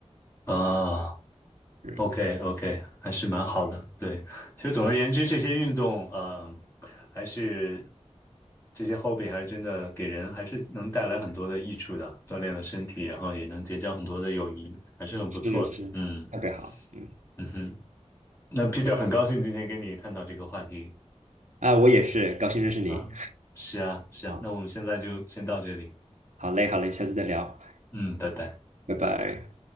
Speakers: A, on the left; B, on the right.
A: 啊
B: 嗯，
A: ，OK，OK，还是蛮好的。对，其实总而言之，这些运动，嗯、还是这些 hobby 还是真的给人还是能带来很多的益处的，锻炼了身体，然后也能结交很多的友谊，还是很不错的。
B: 是是，
A: 嗯。
B: 特别好，嗯，
A: 嗯哼，那 Peter 很高兴今天跟你探讨这个话题
B: 啊，我也是，高兴认识你，
A: 啊，是啊，是啊，
B: 好，
A: 那我们现在就先到这里，
B: 好嘞，好嘞，下次再聊，
A: 嗯，拜拜。
B: 拜拜。